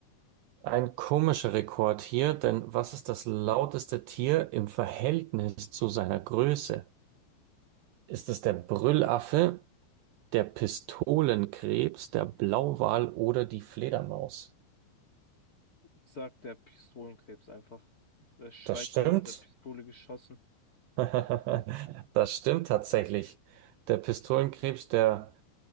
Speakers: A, on the right; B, on the left.
A: Ein komischer Rekord hier, denn was ist das lauteste Tier im Verhältnis zu seiner Größe? Ist es der Brüllaffe? Der Pistolenkrebs, der Blauwal oder die Fledermaus.
B: Ich sag der Pistolenkrebs einfach. Der schreit
A: Das stimmt.
B: wie aus der Pistole geschossen.
A: <laughs> Das stimmt tatsächlich. Der Pistolenkrebs, der,